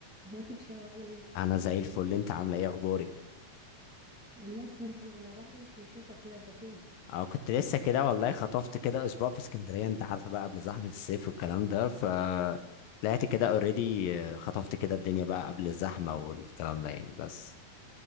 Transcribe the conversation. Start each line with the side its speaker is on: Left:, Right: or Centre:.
Centre: ازيك يا هشام عامل ايه؟
Left: انا زي الفل انت عامله ايه اخبارك
Centre: والله بخير الحمد لله الواحد مش بيشوفك كده انت فين؟
Left: اه كنت لسه كده والله خطفت كده اسبوع في اسكندريه انت عارفه بقى قبل زحمه الصيف والكلام ده ف طلعت كده اوريدي خطفت كده الدنيا بقى قبل الزحمه والكلام ده يعني بس